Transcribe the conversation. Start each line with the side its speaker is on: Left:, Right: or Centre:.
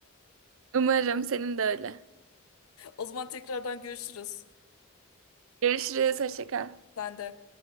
Right: Umarım senin de öyle.
Left: O zaman tekrardan görüşürüz.
Right: Görüşürüz. Hoşça kal.
Left: Sen de.